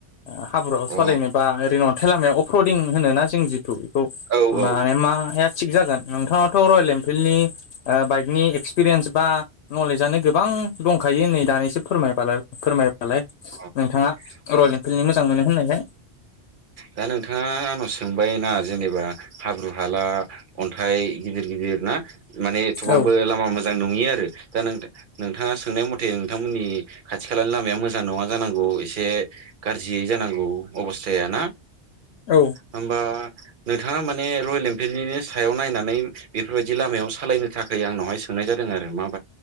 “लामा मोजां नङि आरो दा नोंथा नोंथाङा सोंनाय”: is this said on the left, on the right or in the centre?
Right